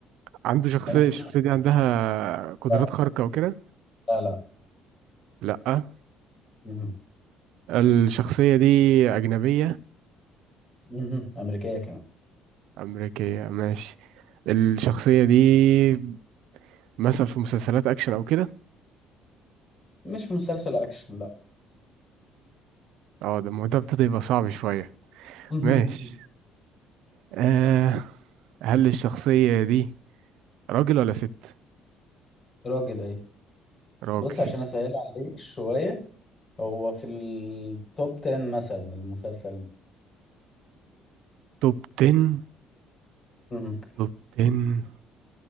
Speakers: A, on the right; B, on the left.
A: عنده شخصية
B: <laughs>
A: الشخصية دي عندها قدرات
B: لا لا
A: خارقة وكده
B: لا لا
A: لأ
B: مهم.
A: الشخصية دي أجنبية
B: مهم. أمريكية كمان
A: أمريكية ماشي الشخصية دي مثلا في مسلسلات أكشن أو كده
B: مش مسلسل أكشن لا
A: اه ده الموضوع ابتدى يبقى صعب شوية
B: <laughs> مهم.
A: ماشي آه هل الشخصية دي راجل ولا ست؟
B: راجل أيوة
A: راجل
B: بص عشان أسهل عليك شوية هو في التوب 10 مثلا المسلسل
A: توب 10
B: ده
A: توب 10